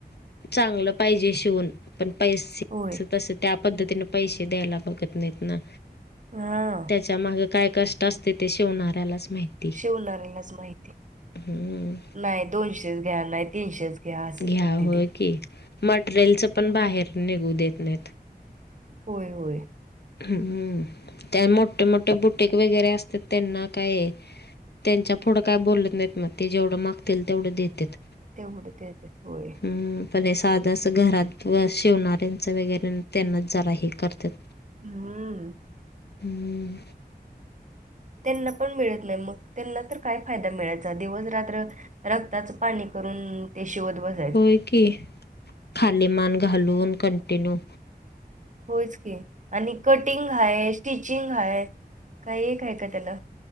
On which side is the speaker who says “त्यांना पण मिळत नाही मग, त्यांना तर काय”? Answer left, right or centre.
Right